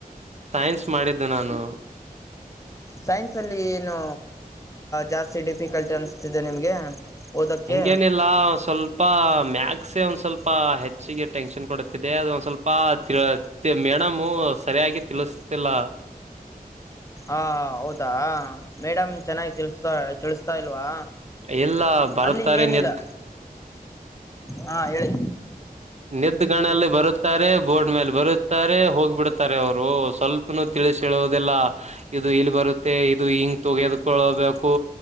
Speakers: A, on the right (about 45°); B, on the left (about 20°).
A: ಸೈನ್ಸ್ ಮಾಡಿದ್ದು ನಾನು
B: ಸೈನ್ಸ್ ಅಲ್ಲಿ ಏನು ಜಾಸ್ತಿ ಡಿಫಿಕಲ್ಟ್ ಅನ್ಸ್ತಿದೆ ನಿಮ್ಗೆ ಓದಕ್ಕೆ
A: ಹಂಗೇನಿಲ್ಲ ಸ್ವಲ್ಪ ಮ ಸೆ ಒಂದ್ ಸ್ವಲ್ಪ ಹೆಚ್ಚಿಗೆ ಟೆನ್ಷನ್ ಕೊಡುತ್ತಿದೆ ಅದ ಒಂದ್ ಸ್ವಲ್ಪ ಮ ಮೇಡಮು ಸರಿಯಾಗಿ ತಿಳಸ ಇಲ್ಲ
B: ಹಾ ಹ ಹೌದಾ ಮೇಡಮ್ ಚೆನ್ನಾಗಿ ತಿಸ. ತ ಇಲ್ವಾ
A: ಎಲ್ಲ ಬರುತ್ತಾರೆ
B: ಅಲ್ಲಿ ಏನಿಲ್ಲ
A: ನೆ್ದು
B: ಹಾ ಹೇಳಿ
A: ನಿದ್ದ ಗಣಲ್ಲಿ ಬರುತ್ತಾರೆ ಬೋರ್ಡ್ ಮೇಲೆ ಬರುತ್ತಾರೆ ಹೋಗ್ಬಿಡ್ತಾರೆ ಅವರು ಸ್ವಲ್ಪನುೂ ತಿಳಿಸಿ ಹೇಳೋುದಿಲ್ಲ ಇದು ಇಲ್ಲಿ ಬರುತ್ತೆ ಇದು ಹಿಂಗ ತೆಗೆದಕೊಳ್ಳೋಬೇಕು